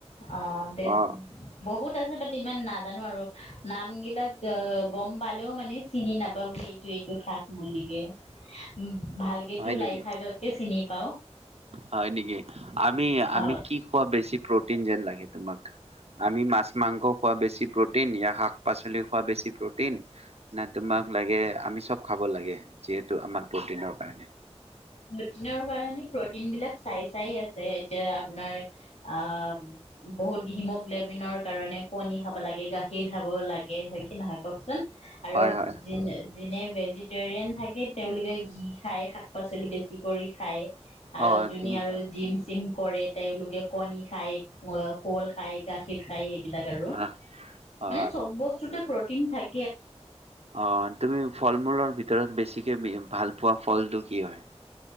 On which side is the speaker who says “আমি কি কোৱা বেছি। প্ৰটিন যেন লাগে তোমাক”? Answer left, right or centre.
Right